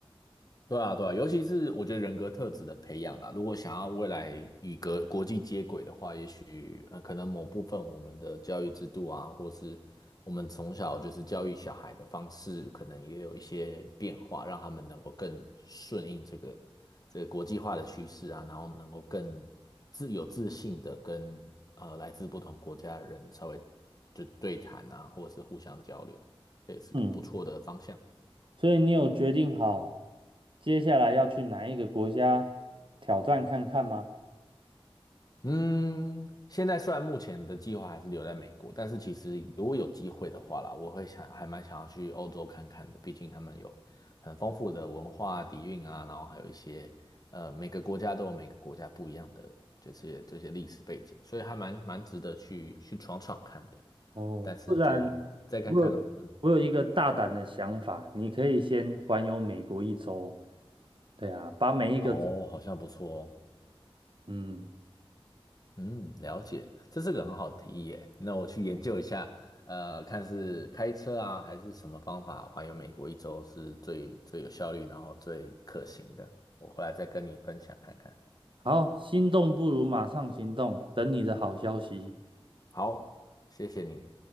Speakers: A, on the left; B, on the right.
A: 对啊，对啊，尤其是我觉得人格特质的培养啦，如果想要未来与国国际接轨的话，也许呃，可能某部分我们的教育制度啊，或是我们从小就是教育小孩的方式，可能也有一些变化，让他们能够更顺应这个这个国际化的趋势啊，然后能够更自有自信的跟呃来自不同国家的人稍微就对谈啊，或者是互相交流，这也是个不错的方向。
B: 嗯，所以你有决定好接下来要去哪一个国家挑战看看吗？
A: 嗯，现在虽然目前的计划还是留在美国，但是其实如果有机会的话啦，我会想还蛮想要去欧洲看看的，毕竟他们有很丰富的文化底蕴啊，然后还有一些呃每个国家都有每个国家不一样的这些这些历史背景，所以还蛮蛮值得去去闯闯看的。
B: 哦，
A: 但是就再看看咯，
B: 不然我有我有一个大胆的想法，
A: 嗯，
B: 你可以先环游美国一周。对啊，把每一个州，
A: 哦，好像不错哦。
B: 嗯，
A: 嗯，了解，这是个很好的提议耶。那我去研究一下，呃，看是开车啊，还是什么方法环游美国一周是最最有效率，然后最可行的。我回来再跟你分享看看。
B: 好，心动不如马上行动，等你的好消息。
A: 好，谢谢你。